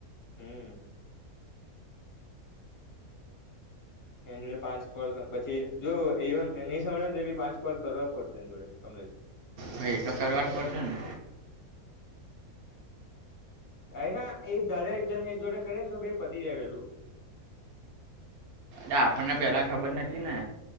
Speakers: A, on the left (about 20°); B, on the right (about 70°).
A: હમ્મ. એન જોડે પાંચ કોલ પછી જો એવન નહીં સંભળાય ને તો ભી પાંચ કોલ કરવા પડશે એન જોડે <unintelligible> <unintelligible>
B: હા ઈ તો કરવા જ પડશે ને.
A: આયના ઇ ધરે <unintelligible> જોડે કરે ને તો બેય પતી જાય વહેલું.
B: એ આપણને પેલા ખબર નતી ને.